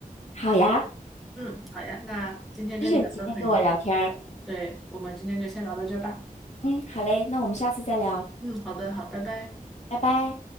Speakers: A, on the left (about 50°); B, in the centre.
A: 好呀，
B: 嗯，好呀，那今天跟你聊得很愉，
A: 谢谢你今天跟我聊天儿。
B: 对，我们今天就先聊到这儿吧。
A: 嗯，好嘞，那我们下次再聊，
B: 嗯，好的，好，拜拜。
A: 拜拜。